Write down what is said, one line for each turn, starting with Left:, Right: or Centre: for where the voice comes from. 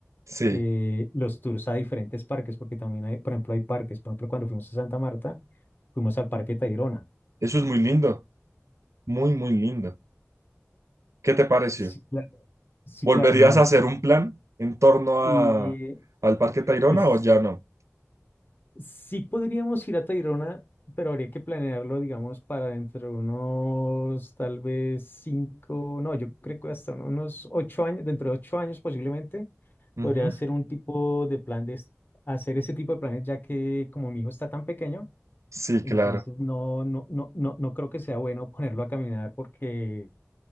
Right: Sí,
Left: eh, los tours a diferentes parques, porque también hay, por ejemplo, hay parques, por ejemplo, cuando fuimos a Santa Marta, fuimos al Parque Tayrona.
Right: eso es muy lindo, muy, muy lindo. ¿Qué te pareció?
Left: Sí, claro, sí,
Right: ¿Volverías
Left: claro, ¿no? El,
Right: a hacer
Left: sí-
Right: un plan en torno
Left: y
Right: a, al Parque Tayrona
Left: pues
Right: o ya no?
Left: Sí podríamos ir a Tayrona, pero habría que planearlo, digamos, para dentro de unos tal vez cinco, no, yo creo que hasta unos ocho años, dentro de ocho años posiblemente,
Right: Ujú.
Left: podría hacer un tipo de plan de es- hacer ese tipo de planes, ya que como mi hijo está tan pequeño,
Right: Sí,
Left: entonces
Right: claro,
Left: no, no, no, no, no creo que sea bueno ponerlo a caminar porque